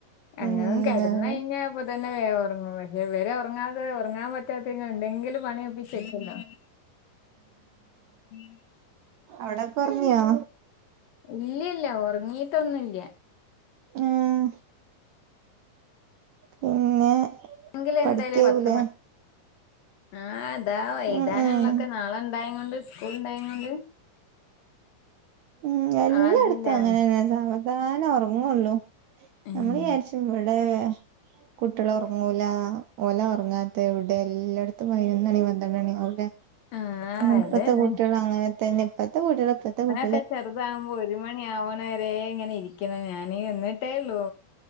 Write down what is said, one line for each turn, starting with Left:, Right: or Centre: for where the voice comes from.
Left: അങ്ങനും
Right: ഉം
Left: കിടന്നഴിഞ്ഞ
Right: അതെ
Left: അപ്പ തന്നെ വേ ഉറങ്ങും പിന്നെ വരെ ഉറങ്ങാതെ ഉറങ്ങാൻ പറ്റാത്ത ഇങ്ങ എന്തെങ്കിലും പണിയൊപ്പിച്ചെക്കന്ന ഉം
Right: അവിടക്കറങ്ങിയോ?
Left: ഇല്ല ഇല്ല ഉറങ്ങീട്ടൊന്നുംല്ല
Right: ഉം പിന്നെ
Left: എങ്കിൽ
Right: പഠിക്കാവൂലേ
Left: എന്തായാലും പത്ത് മണി ആഹ് താ വൈതാനള്ളൊക്കെ
Right: ഉം ഉം
Left: നാളെണ്ടായ കൊണ്ട് സ്കൂൾ ഇണ്ടായ കൊണ്ട്
Right: ഉം എല്ലാടത്തും
Left: ആതില്ലാണ്
Right: അങ്ങനെന്നെ സാവധാനം ഉറങ്ങുള്ളൂ
Left: ഉം
Right: നമ്മള്ചാരിച് ഇവിടെ കുട്ടികളറങ്ങൂല ഒല ഉറങ്ങാത്ത ഇവിടെ എല്ലായിടത്തും പൈനൊന്നണി പണ്ട്രണ്ടണി. അവിടെ?
Left: ആ
Right: ഇപ്പത്തെ
Left: അതന്നെ
Right: കൂട്ടികള് അങ്ങനെ തന്നെ ഇപ്പത്തെ കൂട്ടികള് ഇപ്പത്തെ കുട്ടികൾ
Left: ഒക്കെ ചെറുതാകുമ്പോ ഒരു മണി ആവണവരെ ഇങ്ങനെ ഇരിക്കുന്ന ഞാന് എന്നിട്ടേള്ളു